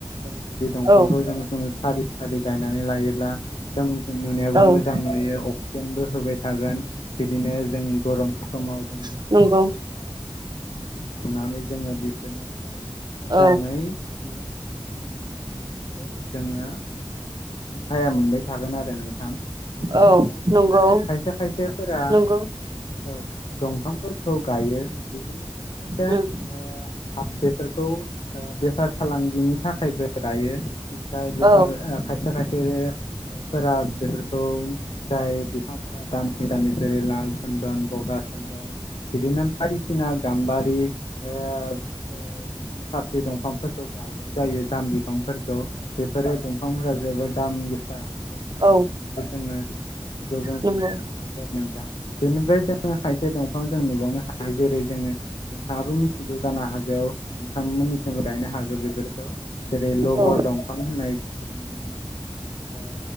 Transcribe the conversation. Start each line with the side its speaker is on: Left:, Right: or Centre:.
Left: जोङो जुदि दंफांखौ
Right: औ
Left: जों सारि सारि गायनानै लायोब्ला जों नुनायाबो मोजां
Right: औ
Left: नुयो, अक्सिजेनबो होबाय थागोन, बिदिनो जों गरम समाव जोङो
Right: नंगौ
Left: बे साया सायखुङाव जोंखौ रुनानै जोङो बेफोरनिफ्राय मोजाङैनो
Right: औ
Left: <unintelligible> मा होनो बिखौ जोङो साया मोनबाय थागोन आरो नोंथां‌ बेनिफ्राय
Right: औ नंगौ
Left: जों खायसे खायसेफोरा,
Right: नंगौ
Left: <unintelligible> दंफांफोर खौ गायो बिदिनो खायसे खायसे
Right: उम
Left: <unintelligible> बेफोरखौ बेफार फालांगिनि थाखायबो गायो जाय बेफार
Right: औ
Left: फोरो फोरा बेफोरखौ जाय बिफांफोरा दामि दामि जेरै लाल सन्दन बगा सन्दन बिदिनो बायदिसिना गाम्बारि ओ ओ फाख्रि दंफां गायनाय जायो जाम बिफां फोरखौ बेफोरो दंफांफोरा जोबोद दाम गोसा बेफोरखौ
Right: औ
Left: गायनानैबो जोङो फोरखौ जों
Right: नंगौ
Left: सोंखांनो हायो आरो नोंथां। बेनिफ्राय जोङो खायसे दंफां जों नुबावनो हायो जेरै जोङो नोंथाङाबो मिथिगौ जानो हागौ नोंथांमोननिथिंबो गायनो हागौ बेफोरखौ जेरै लबर
Right: औ औ औ
Left: दंफां होननायखौ नुनो मोनो। ओ